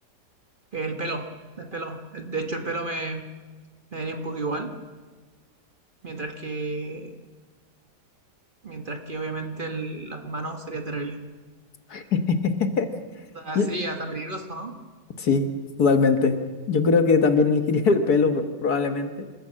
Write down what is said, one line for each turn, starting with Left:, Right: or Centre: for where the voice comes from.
Right: El pelo, el pelo. El- De hecho, el pelo me, me daría un poco igual mientras que, mientras que obviamente el- las manos sería terrible.
Left: <laughs>
Right: Así,
Left: Yo-
Right: hasta peligroso, ¿no?
Left: Sí, totalmente. Yo creo que también <laughs> elegiría el pelo pro- probablemente,